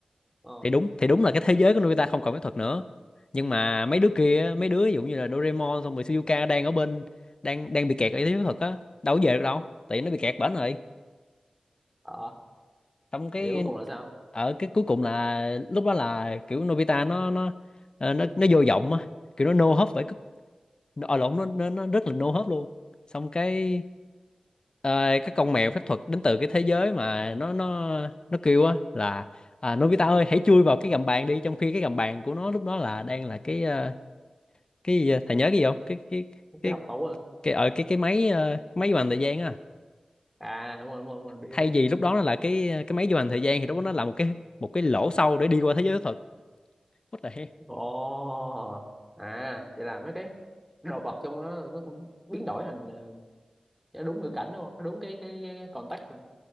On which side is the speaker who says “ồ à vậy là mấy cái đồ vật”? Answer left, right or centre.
Centre